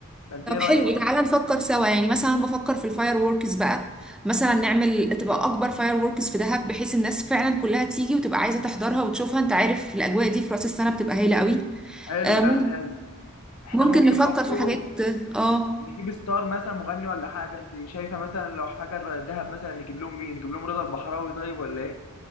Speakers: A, on the left (about 75°); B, in the centre.
A: فانت
B: طب
A: ايه رايك
B: حلو تعالى نفكر سوا يعني مثلا بفكر في الفاير ووركس بقى مثلا نعمل تبقى أكبر فاير ووركس في دهب بحيث الناس فعلا كلها تيجي وتبقى عايزة تحضرها وتشوفها انت عارف الأجواء دي في رأس السنة بتبقى هايلة قوي
A: حلو
B: آه،
A: ده حلو احنا
B: ممكن
A: ممكن
B: نفكر
A: برضه
B: في حاجات اه
A: نجيب ستار مثلا مغني ولا حاجه انت شايفه مثلا لو حاجه دهب مثلا نجيب لهم مين نجيب لهم رضا البحراوي طيب ولا ايه